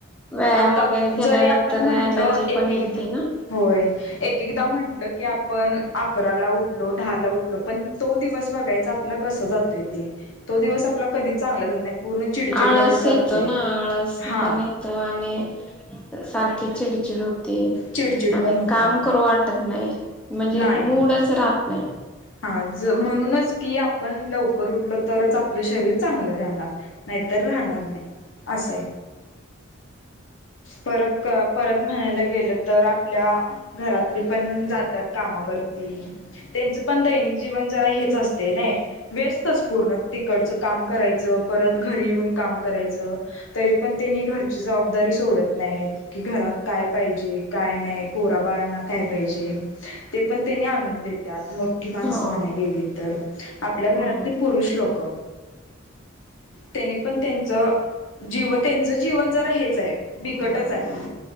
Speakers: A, in the centre; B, on the left.
A: व्यायाम
B: आता
A: वगैरे केल्यानंतर
B: जरी आपण म्हटलं
A: एनर्जी
B: एक
A: पण
B: एकदा
A: येते ना.
B: होय एक एक... एकदा म्हटलं की आपण अकराला उठलो दहा ला उठलो पण तो दिवस बघायचा आपला कसं... तो दिवस आपला कधी चांगला जात नाही. पूर्ण चिडचिडमध्येच
A: आळस
B: जातोय
A: येतो ना आळस
B: हा
A: पण येतो आणि... सारखे चिडचिड होते...
B: चिडचिड
A: आणि
B: पण होत्या
A: काम करू वाटत नाही म्हणजे
B: नाही
A: मूडच राहत नाही...
B: हा म्हणूनच की आपण लवकर उठल तरच आपलं शरीर चांगलं राहणार... नाहीतर राहणार नाही असं परत परत.. म्हणायला गेलं तर आपल्या घरातली पण जातात कामावरती... त्यांचं पण दैनिक जीवन जरा हेच असते ना व्यस्तच पूर्ण तिकडचं काम करायचं.... परत घरी येऊन काम करायच ची जबाबदारी सोडत नाही की घरात काय पाहिजे काय नाही पोराबाळांना काय पाहिजे? ते पण त्याने आणून देतात. मोठी माणसं
A: हो
B: म्हणाय गेली तर आपल्या घरातले
A: हो.
B: पुरुष लोक... त्यांनी पण त्यांच जीव त्यांच जीवन जर.. हेच आहे बिकटच आहे..